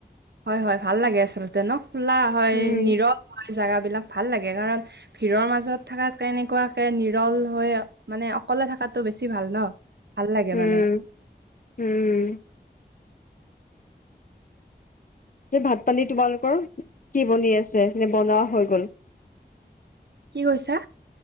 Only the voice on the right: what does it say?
হয় হয় ভাল লাগে আচলতে ন খোলা হয়,
নীৰৱ হয় জাগা বিলাক ভাল লাগে কাৰণ ভিৰৰ মাজত থকাতকে এনেকুৱাকে নিৰল হৈ মানে অকলে থকাতটো বেছি ভাল ন ভাল লাগে
মানে
কি কৈছা?